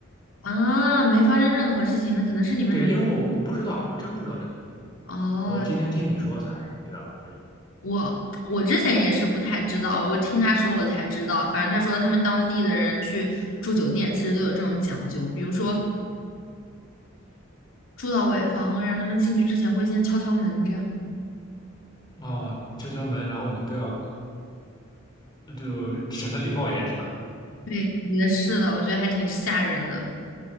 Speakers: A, on the left; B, on the left.
A: 啊，没发生任何事情，那可能是你们人。
B: 对，因为我我不知道，我真不知道这个东西，
A: 哦，
B: 我今天听你说才知道这个。
A: 我我之前也是不太知道，我听他说我才知道。反正他说他们当地的人去住酒店其实都有这种讲究，比如说住到尾房了，让他们进去之前会先敲敲门，这样。
B: 哦，敲敲门，然后你不要，呃对我显得礼貌一点是吧？
A: 对，也是的，我觉得还挺吓人的。